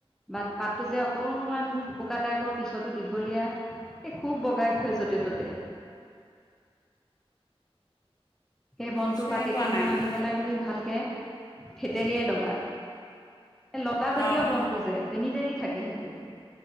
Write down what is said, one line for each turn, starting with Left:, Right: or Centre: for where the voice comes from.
Centre: বাত পাতটো যে অকমান থুকুকা টাইপৰ পিছতো দীঘলীয়া এই খুব বগাই ফুৰে যত যতে ততে সেই বনটো
Left: চিনি
Centre: পা কেইখেলি
Left: পোৱা নাই
Centre: মান
Left: মই
Centre: আনি পেলাই তুমি ভালকে থেতেলিয়াই ল'বা। এ লতা জাতীয়
Left: অঁ
Centre: বনটো যে যেনি তেনি থাকে সেইটো।